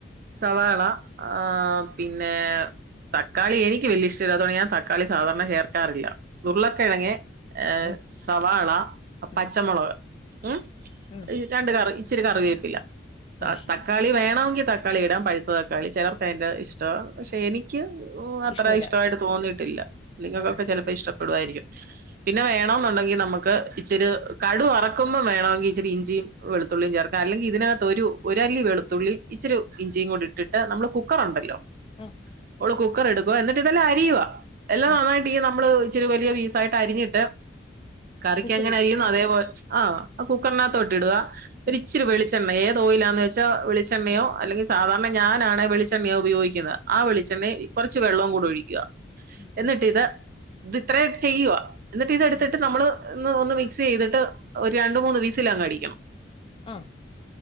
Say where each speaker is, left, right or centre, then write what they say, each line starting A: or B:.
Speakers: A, on the right; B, on the left.
A: സവാള ആഹ് പിന്നെ തക്കാളിഎനിക്ക് വെല്യഷ്ടല്ലാത്തോണ്ട് ഞാൻത ക്കാളി സാധാരണചേർക്കാറില്ല ഉർളക്കെഴങ്ങ് ഏഹ്
B: ആഹ്
A: സവാള, പച്ചമൊളക്
B: ആഹ്
A: ഉം
B: ആഹ്
A: രണ്ട്കറി ഇച്ചിരികറിവേപ്പില്ല താ
B: ആഹ്
A: തക് ക്കാളി വേണമെങ്കി തക്കാളി ഇടാം പഴുത്ത തക്കാളി ചെലർക്കതിന്റെ ഇഷ്ടവാ പക്ഷെ എനിക്ക് അത്ര
B: ഇഷ്ടല്ല
A: ഇഷ്ടമായിട്ട് തോന്നിയിട്ടില്ല. നിങ്ങക്കൊക്കെ
B: അങ്ങനെ
A: ചെലപ്പ ഇഷ്ടപ്പെടുവായിരിക്കും പിന്നെ വേണോന്നുണ്ടെങ്കി നമുക്ക് ഇച്ചിരി കടു വറ ക്കുമ്പം വേണമെങ്കി ഇച്ചിരി ഇഞ്ചിയും വെളുത്തുള്ളിയും ചേർക്ക, അല്ലെങ്കി ഇതിനകത്ത് ഒരു ഒരല്ലി വെളുത്തുള്ളി ഇച്ചിരി ഇഞ്ചിയും കൂടിട്ടിട്ട് നമ്മള് കുക് കുക്കറുണ്ടല്ലോ
B: ആഹ്
A: ഒര് കുക്കർ എടുക്കുക എന്നിട്ടിതെല്ലാം അരിയുക, എല്ലാം
B: ആഹ്
A: നന്നായി ട്ടീ നമ്മള് ഇച്ചിരി വലിയ പീസായിട്ടരിഞ്ഞിട്ട് കറിക്കെങ്ങനെ
B: കുക്കറിയിട്ട്
A: അരിയുന്നു അതേപോലെ ആ ആ കുക്കറിനകത്തോട്ടിടുക
B: ഉം
A: ഒരിച്ചിരി വെളിച്ചെണ്ണ ഏ തോയിലാന്ന് വെച്ചാ വെളിച്ചെണ്ണയോ അല്ലെങ്കി സാധാരണ ഞാനാണേ വെളിച്ചെണ്ണയാ ഉപയോഗിക്കുന്നത്. ആ വെളിച്ചെണ്ണയും കൊറച്ച് വെള്ളവും കൂടൊഴിക്കുക
B: ഉം
A: എന്നിട്ടിത്
B: ഉം
A: ത് ത്രേ ഒക്കെ ചെയ്യുവാ എന്നിട്ടിതെടുത്തിട്ട്
B: ഉം
A: നമ്മള് ഇന്ന് ഒന്ന് മിക്സ് ചെയ്തിട്ട് ഒരു രണ്ട് മൂന്ന് വിസിലങ്ങടിക്കണം
B: ആഹ്